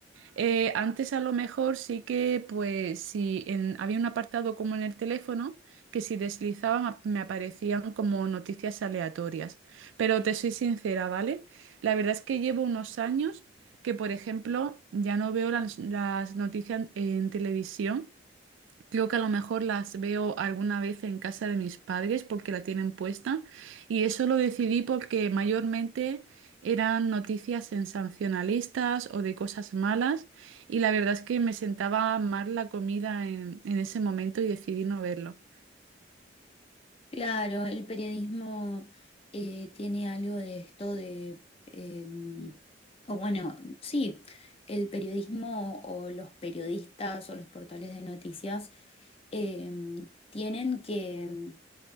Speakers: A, on the right; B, on the left.
A: Eh, antes a lo mejor sí que, pues, si en- había un apartado como en el teléfono, que si deslizaban ap- me aparecían como noticias aleatorias. Pero te soy sincera, ¿vale? La verdad es que llevo unos años que, por ejemplo, ya no veo las, las noticias en en televisión Creo que a lo mejor las veo alguna vez en casa de mis padres porque la tienen puesta y eso lo decidí porque mayormente eran noticias sensacionalistas o de cosas malas y la verdad es que me sentaba mal la comida en, en ese momento y decidí no verlo.
B: Claro, el periodismo eh, tiene algo de esto de, em, o bueno, sí, el periodismo o los periodistas o los portales de noticias em, tienen que em,